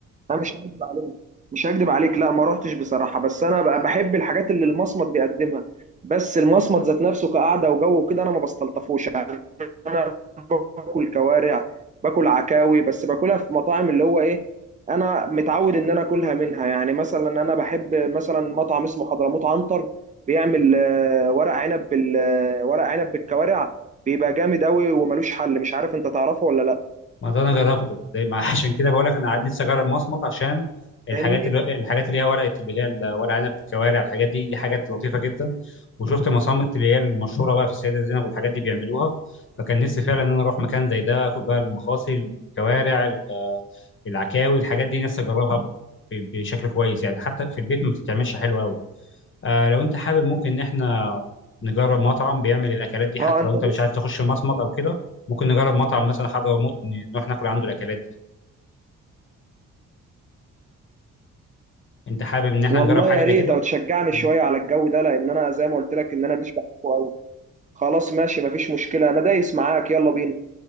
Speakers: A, on the right; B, on the left.
A: انا مش هكدب عليك مش هكدب عليك لا ما رحتش بصراحه بس انا بقى بحب الحاجات اللي المصمت بيقدمها بس المصمت ذات نفسه كقعده وجو وكده انا ما بستلطفوش انا باكل كوارع باكل عكاوي بس باكلها في مطاعم اللي هو ايه انا متعود ان انا اكلها منها يعني مثلا انا بحب مثلا مطعم اسمه حضرموت عنتر بيعمل آه، ورق عنب بال آه، ورق عنب بالكوارع بيبقى جامد قوي وملوش حل مش عارف انت تعرفه ولا لا
B: ما ده انا جربته ده ما عشان كده بقول لك انا نفسي اجرب مصمت عشان الحاجات
A: فاهمني
B: اللي الحاجات اللي هي ورقه اللي هي ال- ورق عنب بالكوارع الحاجات دي دي حاجات لطيفه جدا وشفت مصامت اللي هي المشهوره بقى في السيده زينب والحاجات دي بيعملوها فكان نفسي فعلا ان انا اروح مكان زي ده اكل بقى المخاصي الكوارع ال- العكاوي الحاجات دي نفسي اجربها ب- بشكل كويس يعني حتى في البيت ما بتتعملش حلو قوي آه لو انت حابب ممكن ان احنا نجرب مطعم بيعمل الاكلات دي حتى
A: اه انت
B: لو انت
A: بس
B: مش عايز تخش مصمت او كده ممكن نجرب مطعم مثلا حضرموت ن- نروح ناكل عنده الاكلات دي. انت حابب ان احنا
A: والله
B: نجرب حاجه
A: يا
B: زي
A: ريت
B: كده
A: او تشجعني
B: مم.
A: شويه على الجو ده لان انا زي ما قلت لك ان انا مش بحبه قوي خلاص ماشي مفيش مشكله انا دايس معاك يلا بينا